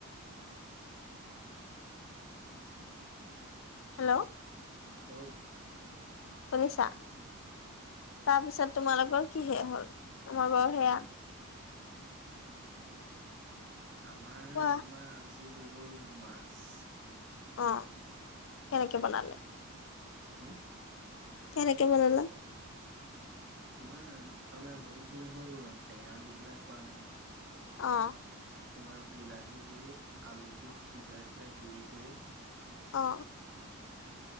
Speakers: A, on the left; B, on the right.
A: হেল্ল'
B: ঔ।
A: শুনিছা তাপিছত তোমালোকৰ কি সেয়া হ'ল তোমাৰ বাৰু সেয়া।
B: আমাৰ
A: কোৱা
B: তোমাৰ আজি হৈ গ'ল মাছ।
A: অ কেনেকে বনালে।
B: হম
A: কেনেকে বনালা।
B: তোমাৰ তাৰমানে বহুত দিন হ'ল টেঙা দি পেলাই খোৱা নাই।
A: অ।
B: তোমাৰ বিলাহী দি আলুটো সিজাই পেলাই গুৰি কৰি।
A: অ